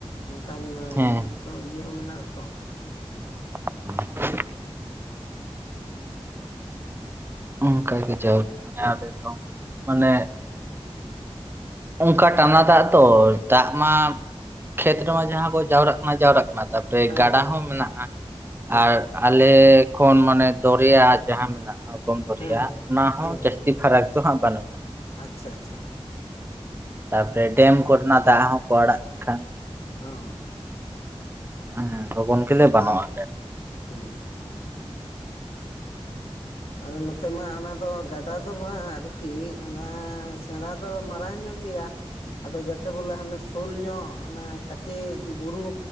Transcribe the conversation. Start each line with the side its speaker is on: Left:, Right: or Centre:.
Left: ᱚᱱᱠᱟᱱ
Right: ᱦᱮᱸ
Left: ᱫᱤᱥᱚᱢ ᱤᱭᱟᱹ ᱦᱚᱸ ᱢᱮᱱᱟᱜᱼᱟ ᱛᱚ
Right: <unintelligible> ᱚᱱᱠᱟ ᱜᱮ ᱡᱟᱣ ᱠᱷᱚᱱᱟᱜ ᱟᱞᱮ ᱫᱚ ᱢᱟᱱᱮ ᱚᱱᱠᱟ ᱴᱟᱸᱱᱟ ᱫᱟᱜ ᱛᱚ ᱫᱟᱜ ᱢᱟ ᱠᱷᱮᱛ ᱨᱮᱢᱟ ᱡᱟᱦᱟᱸ ᱠᱚ ᱡᱟᱣᱨᱟᱜ ᱠᱟᱱᱟ ᱡᱟᱣᱨᱟᱜ ᱠᱟᱱᱟ ᱛᱟᱯᱚᱨ <unintelligible> ᱨᱮ
Left: ᱦᱮᱸ
Right: ᱜᱟᱰᱟ
Left: ᱦᱮᱸ
Right: ᱦᱚᱸ ᱢᱮᱱᱟᱜᱼᱟ
Left: ᱦᱮᱸ
Right: ᱟᱨ ᱟᱞᱮ ᱠᱷᱚᱱ ᱢᱟᱱᱮ ᱫᱚᱨᱭᱟ ᱡᱟᱦᱟᱸ ᱢᱮᱱᱟᱜᱼᱟ ᱚᱜᱚᱢ ᱫᱚᱨᱭᱟ
Left: ᱦᱮᱸ ᱦᱮᱸ
Right: ᱚᱱᱟ ᱦᱚᱸ
Left: ᱦᱮᱸ
Right: ᱡᱟᱹᱥᱛᱤ ᱯᱷᱟᱨᱟᱠ ᱫᱚ ᱦᱟᱸᱜ ᱵᱟᱹᱱᱩᱜᱼᱟ
Left: ᱟᱪᱪᱷᱟ ᱟᱪᱪᱷᱟ᱾
Right: ᱛᱟᱯᱚᱨᱮ ᱰᱮᱢ ᱠᱚᱨᱮᱱᱟᱜ ᱫᱟᱜ ᱦᱚᱸᱠᱚ ᱟᱲᱟᱜ ᱞᱮᱱᱠᱷᱟᱱ
Left: ᱚᱸ᱾
Right: ᱦᱮᱸ <unintelligible> ᱜᱮᱞᱮ ᱵᱟᱱᱚᱜ-ᱟ᱾
Left: ᱩᱹᱻ᱾ ᱟᱫᱚ ᱱᱚᱛᱮ ᱢᱟ ᱚᱱᱟ ᱫᱚ ᱜᱟᱰᱟ ᱫᱚ ᱵᱟᱝ ᱟᱨ ᱠᱤ ᱚᱱᱟ ᱥᱮᱬᱟ ᱫᱚ ᱢᱟᱨᱟᱝ ᱧᱚᱜ ᱜᱮᱭᱟ᱾
Right: <inaudible>
Left: ᱟᱫᱚ ᱡᱟᱠᱮ ᱵᱚᱞᱮ ᱦᱟᱱᱮ ᱥᱳᱞ ᱧᱚᱜ ᱠᱟᱢᱤ ᱵᱩᱨᱩ